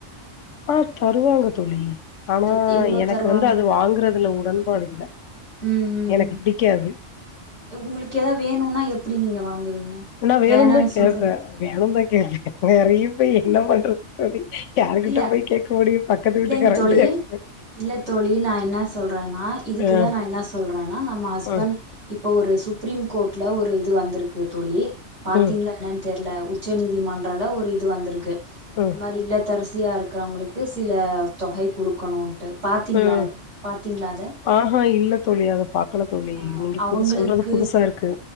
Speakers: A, on the left; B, on the right.
A: ஆ தருவாங்க தோழி ஆனா
B: எத் எவ்ளோ
A: எனக்கு
B: தருவாங்க
A: வந்து அது வாங்குறதுல உடன்பாடு இல்ல
B: ம் ம்
A: எனக்கு
B: ம்
A: பிடிக்காது
B: உங்களுக்கு எதாவது வேணுனா எப்டி நீங்க வாங்குவீங்க
A: நா வேணும்
B: வேணான்னு
A: தா கேப்பே
B: சொல்றீங்க
A: வேணும் தா கேப்பே நெறய போய் என்ன பண்றது தோழி யாருகிட்ட
B: இல்ல
A: போய் கேட்க முடியு பக்கத்து
B: இல்லைங்
A: வீட்டுக்காரங்
B: தோழி
A: கிட்டயா கேக்க முடியு
B: இல்ல தோழி நா என்ன சொல்றேன்னா இதுக்குதா
A: ஆ
B: நா என்ன சொல்றேன்னா நம்ம ஹஸ்பண்ட்
A: ஆ
B: இப்போ ஒரு சுப்ரீம் கோர்ட்ல ஒரு இது வந்திருக்கு தோழி பாத்தீங்களா
A: ம்
B: என்னனு தெர்ல உச்ச நீதிமன்றல ஒரு இது வந்திருக்கு
A: ம்
B: இந்த மாரி இல்லத்தரசி தியா இருக்கிறவங்களுக்கு சில தொகை குடுக்கணுன்ட்டு பாத்திங்களா
A: ம்
B: பாத்திங்களா அத
A: ஆஹா இல்ல தோழி அத பாக்கல தோழி
B: ஆ
A: நீங்க இப்ப
B: அவங்களுக்கு
A: இது சொல்றது புதுசா இருக்கு